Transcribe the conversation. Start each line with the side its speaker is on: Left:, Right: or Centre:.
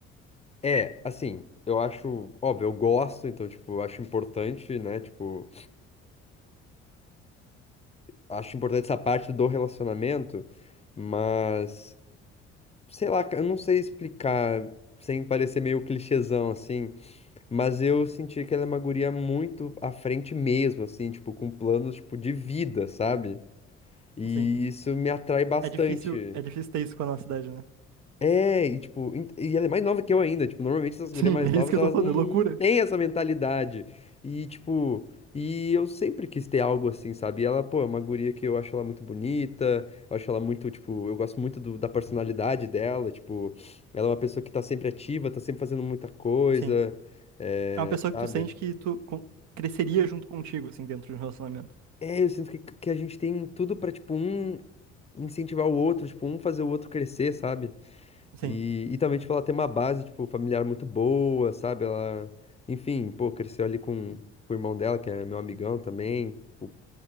Left: É, assim, eu acho, óbvio, eu gosto, então, tipo, eu acho importante, né? Tipo, acho importante essa parte do relacionamento, mas, sei lá, ca- eu não sei explicar, sem parecer meio clichêzão, assim, mas eu senti que ela é uma guria muito à frente mesmo, assim, tipo, com planos, tipo, de vida, sabe? E
Right: Assim,
Left: isso me atrai bastante.
Right: é difícil, é difícil ter isso com a nossa idade, né?
Left: É, e tipo, en- e ela é mais nova que eu ainda, tipo, normalmente essas mulheres
Right: Sim,
Left: mais
Right: é
Left: novas,
Right: isso que eu
Left: elas
Right: tô falando,
Left: não, não
Right: é loucura.
Left: têm essa mentalidade. E tipo, e eu sempre quis ter algo assim, sabe? E ela, pô, é uma guria que eu acho ela muito bonita, eu acho ela muito, tipo, eu gosto muito do- da personalidade dela, tipo, ela é uma pessoa que tá sempre ativa, tá sempre fazendo muita coisa,
Right: Assim,
Left: é,
Right: é uma pessoa
Left: sabe?
Right: que tu sente que tu con- cresceria junto contigo, assim, dentro de um relacionamento.
Left: É, eu sinto que, que a gente tem tudo pra, tipo, um incentivar o outro, tipo, um fazer o outro crescer, sabe?
Right: Sim,
Left: E, e também, tipo, ela tem uma base, tipo, familiar muito boa, sabe? Ela, enfim, pô, cresceu ali com, com o irmão dela, que é meu amigão também. Tipo,